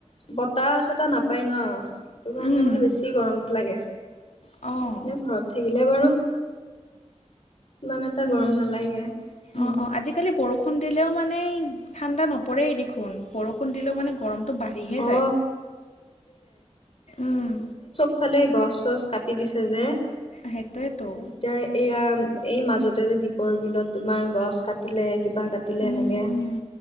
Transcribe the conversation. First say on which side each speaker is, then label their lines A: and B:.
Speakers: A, on the left; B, on the left.
A: বতাহ চত চতাহ নাপায় ন'সেইটো কাৰণে
B: উম,
A: মানে বেছি গৰমটো লাগে এনেই
B: অঁ
A: ঘৰত থাকিলে বাৰু ইমান এটা
B: উম,
A: গৰম নালাগে উম
B: অ', অ', আজিকালি বৰষু বৰষুণ দিলেও মানে এই ঠাণ্ডা নপৰেই দেখুন বৰষু বৰষুণ দিলেও মানে গৰমটো বাঢ়িহে
A: অ
B: যায় উম
A: ইফালে গছ-চছ কাটি দিছে যে
B: সেইটোৱেটো,
A: এতিয়া এয়া এই মাজতে যে দ্বীপৰ বিলত তোমাৰ গছ কাটিলে কিবা কাট কাটিলে
B: উম
A: এনেকে
B: উম